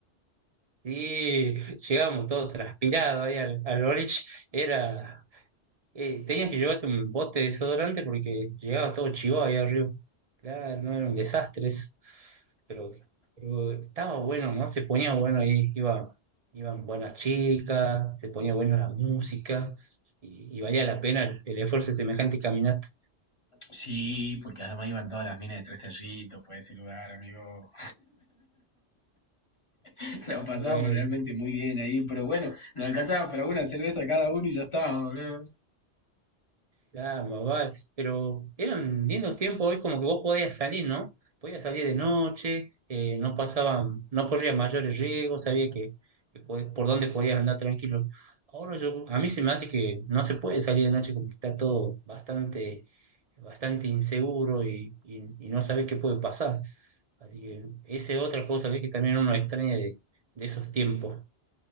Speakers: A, on the right; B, on the left.
A: Sí, llegamos todos transpirados ahí al, al boliche, era Eh, tenías que llevarte un bote de desodorante porque llegabas todo chivado ahí arriba. Claro, no era un desastre eso. Pero, pero estaba bueno, ¿no? Se ponía bueno ahí, iba, iban buenas chicas, se ponía bueno la música y, y valía la pena el, el esfuerzo de semejante caminata.
B: Sí, porque además iban todas las minas de Tres Cerritos por ese lugar, amigo. <laughs> La pasábamos
A: Ah, bueno.
B: realmente muy bien ahí, pero bueno, nos alcanzaba para una cerveza cada uno y ya está, boludo.
A: Claro, vale. Pero eran lindos tiempos hoy como que vos podías salir, ¿no? Podías salir de noche, eh, no pasaban, no corrías mayores riesgos, sabía que, que pod- por dónde podías andar tranquilo. Ahora yo, a mí se me hace que no se puede salir de noche como que está todo bastante, bastante inseguro y, y- y no sabes qué puede pasar. Así que esa es otra cosa, ¿ves? Que también uno extraña de, de esos tiempos.